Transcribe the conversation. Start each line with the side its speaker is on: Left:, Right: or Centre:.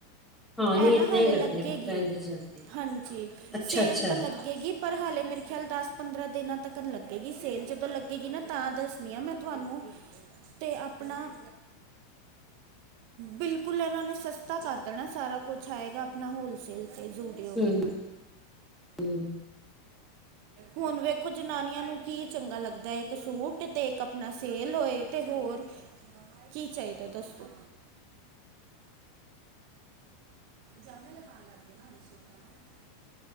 Centre: ਹਾਂ ਨਹੀਂ
Right: ਇਹ ਨਾ
Centre: ਏਦਾਂ
Right: ਹਾਲੇ
Centre: ਹੀ ਕਰਦੇ
Right: ਲੱਗੇਗੀ।
Centre: ਆ ਫਿਰ ਟਰੈਂਡ ਚ ਜਾਂਦੇ ਆ।
Right: ਹਾਂਜੀ,
Centre: ਅੱਛਾ
Right: ਸੇਲ
Centre: ਅੱਛਾ
Right: ਤਾਂ ਲੱਗੇਗੀ। ਪਰ ਹਾਲੇ ਮੇਰੇ ਖਿਆਲ ਦਸ -ਪੰਦਰਾਂ ਦਿਨਾਂ ਤੱਕ ਲੱਗੇਗੀ ਸੇਲ ਜਦ ਲੱਗੇਗੀ ਨਾ ਤਾਂ ਦੱਸਣੀ ਆ ਮੈਂ ਤੁਹਾਨੂੰ, ਤੇ ਆਪਣਾ ਬਿਲਕੁਲ ਇਹਨਾਂ ਨੇ ਸਸਤਾ ਕਰ ਦੇਣਾ ਸਾਰਾ ਕੁਛ ਆਏਗਾ ਆਪਣਾ ਹੋਲਸੇਲ ਅਤੇ ਯੂਡੀਓ
Centre: ਹੂੰ
Right: ਵੀ
Centre: ਹੂੰ
Right: ਹੁਣ ਵੇਖੋ ਜਨਾਨੀਆਂ ਨੂੰ ਕੀ ਚੰਗਾ ਲੱਗਾ। ਦਾ ਇੱਕ ਸੂਟ ਤੇ ਇੱਕ ਆਪਣਾ ਸੇਲ ਹੋਏ ਅਤੇ ਹੋਰ ਕੀ ਚਾਹੀਦਾ ਦੋੱਸ ਤੋ ਜਾਮੇ ਲ ਪਾਉਣ ਲੱਗ ਗਏ ਨਾ ਹਸ਼ਤ ਨਾ <inaudible>